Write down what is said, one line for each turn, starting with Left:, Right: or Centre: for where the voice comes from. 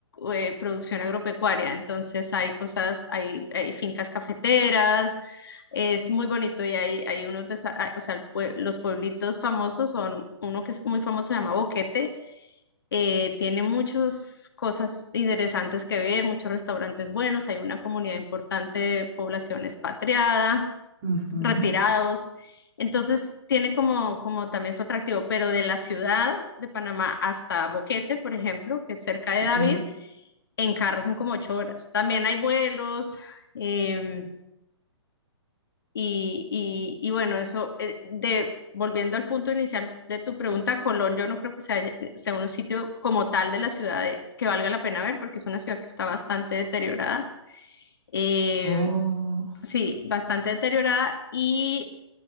Left: eh, producción agropecuaria. Entonces hay cosas, hay, hay fincas cafeteras, es muy bonito y hay, hay unos, desa- ah, o sea, el pue- los pueblitos famosos son, uno que es muy famoso se llama Boquete, eh, tiene muchas cosas interesantes que ver, muchos restaurantes buenos, hay una comunidad importante de población expatriada,
Right: ujú,
Left: retirados. Entonces tiene como, como también su atractivo, pero de la ciudad de Panamá hasta Boquete, por ejemplo, que es cerca de
Right: ujú.
Left: David, en carro son como ocho horas. También hay vuelos. em, y, y- y bueno, eso, eh, de, volviendo al punto inicial de tu pregunta, Colón, yo no creo que sea, sea un sitio como tal de la ciudad de- que valga la pena ver, porque es una ciudad que está bastante deteriorada. Em,
Right: Oh,
Left: sí, bastante deteriorada. Y